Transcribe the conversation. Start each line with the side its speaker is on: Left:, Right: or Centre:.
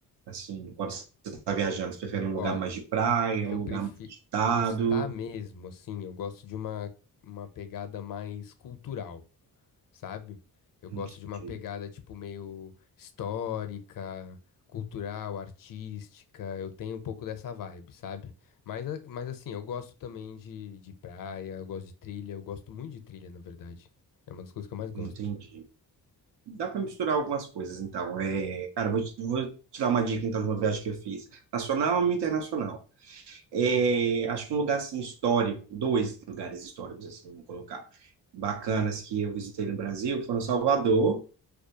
Right: Assim, quando você está viajando, você prefere um lugar
Left: Olha,
Right: mais de praia,
Left: eu
Right: um lugar
Left: prefiro
Right: mais agitado?
Left: gostar mesmo, assim, eu gosto de uma, uma pegada mais cultural. sabe? Eu gosto
Right: Entendi.
Left: de uma pegada tipo meio histórica, cultural, artística. Eu tenho um pouco dessa vibe, sabe? Mas, a- mas assim, eu gosto também de, de praia, eu gosto de trilha, eu gosto muito de trilha, na verdade. É uma das coisas que eu mais gosto.
Right: Entendi. Dá para misturar algumas coisas, então. É, cara, vou te, vou te dar uma dica, então, de uma viagem que eu fiz. Nacional e internacional. É, acho que um lugar, assim, histórico, dois lugares históricos, assim, vamos colocar, bacanas que eu visitei no Brasil foram Salvador